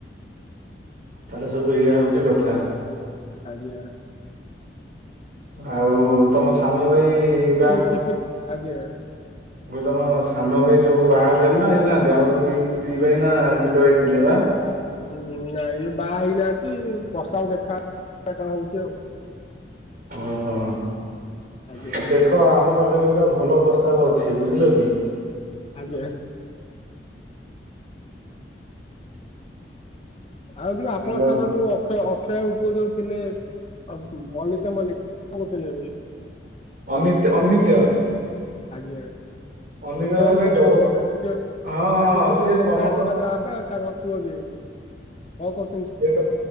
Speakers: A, on the right; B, on the left.
A: ତାହେଲେ ସବୁ ଇଆ ହଉଚ କଥା।
B: ଆଜ୍ଞା।
A: ଆଉ ତମ ସାନ ଭାଇ ବା
B: ଚୁପ୍ ଚୁପ୍। ଆଜ୍ଞା।
A: ଆ ତମ ସାନ ଭାଇ ସବୁ ବାହାହେଲେଣି ନା ହେଇନାହାନ୍ତି ଆଉ ଯଦି ଦି ଭାଇ ନା କେତେ ଭାଇ ଥିଲେ ବା?
B: ହୁଁ ନାଇଁ ଏଇ ବାହା ହେଇନାହାନ୍ତି। ପ୍ରସ୍ତାବ ଦେଖା କଣ ହଉଛି ଆଉ।
A: ଓହୋ।
B: ଆଜ୍ଞା
A: ଦେ ଦେଖ ଆମ ପାଖରେ ଗୋଟେ ଭଲ ପ୍ରସ୍ତାବ ଅଛି। ବୁଝିଲ କି?
B: ଆଜ୍ଞା। ଆଉ ଯୋଉ ଆପଣଙ୍କ
A: ହ୍ୟାଲୋ
B: ସାଙ୍ଗ ଯୋଉ ଅ ଅକ୍ଷୟ ଅକ୍ଷୟ ବାବୁ ପୁଅ ଯୋଉ ଥିଲେ ଅନନିତା ମଲ୍ଲିକ କଣ କରୁଛନ୍ତି ଏବେ?
A: ଅନିତ ଅମିତ୍ୟ।
B: ଆଜ୍ଞା।
A: ଅନିତ୍ୟ
B: ଅକ୍ଷୟ
A: ଭାଇ
B: ବାବୁଙ୍କ
A: ଡବଲ
B: ପୁଅମ ଯିଏ
A: ହଁ
B: ଚାକିର
A: ହଁ
B: କରି
A: ସିଏ
B: ନ ହୋମ
A: ପ୍ରମୋସନ
B: ଗାର୍ଡ ଯିଏ ଯାହା ବାପା ତାଙ୍କ ପୁଅ ଯେ କଣ କରୁଛି?
A: ଏ